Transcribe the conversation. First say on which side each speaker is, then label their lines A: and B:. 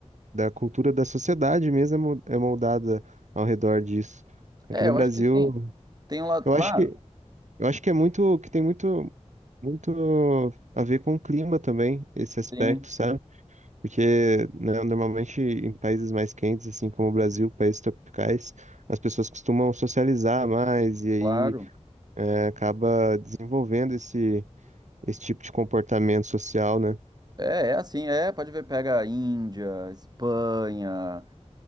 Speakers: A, on the right; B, on the right.
A: da cultura da sociedade mesmo é mo- é moldada ao redor disso. Aqui
B: É,
A: no
B: eu
A: Brasil,
B: acho que sim. Tem um lado,
A: eu
B: claro.
A: acho que, eu acho que é muito, que tem muito, muito a ver com o clima também, esse aspecto,
B: Sim,
A: sabe? Porque, né, normalmente em países mais quentes, assim como o Brasil, países tropicais, as pessoas costumam socializar mais e aí
B: claro.
A: é, acaba desenvolvendo esse, esse tipo de comportamento social, né?
B: É, é assim, é, pode ver, pega Índia, Espanha,